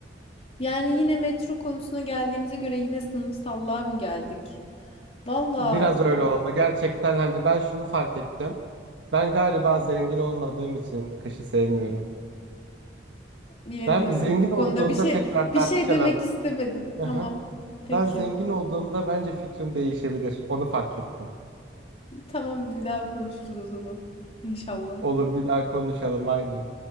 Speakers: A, on the left; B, on the right.
A: yani yine metro konusuna geldiğimize göre yine sınıfsallığa mı geldik? Valla
B: Biraz öyle oldu. Gerçekten hani ben şunu fark ettim. Ben galiba zengin olmadığım için kışı sevmiyorum.
A: bilemiyorum
B: Ben zengin
A: bu
B: olduğumda
A: konuda bir şey
B: tekrar
A: bir
B: tartışalım.
A: şey demek istemedim.
B: Aha.
A: Tamam. Peki.
B: Ben zengin olduğumda bence fikrim değişebilir. Onu fark ettim.
A: Tamam bir daha konuşuruz o zaman. İnşallah.
B: Olur bir daha konuşalım aynen.